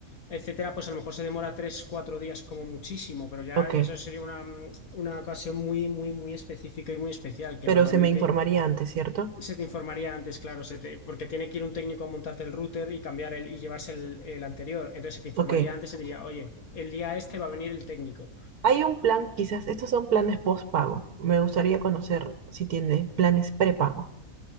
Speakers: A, on the left; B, on the right.
A: etcétera, pues a lo mejor se demora tres, cuatro días como muchísimo, pero ya
B: ok.
A: eso sería una, una ocasión muy, muy, muy específica y muy especial, que
B: Pero
A: normalmente
B: se me informaría antes, ¿cierto?
A: se te informaría antes, claro, se te- porque tiene que ir un técnico a montarte el router y cambiar el, y llevarse el, el anterior. Entonces se te informaría
B: Ok.
A: antes, se te diría, oye, el día este va a venir el técnico.
B: Hay un plan, quizás, estos son planes postpago. Me gustaría conocer si tiene planes prepago.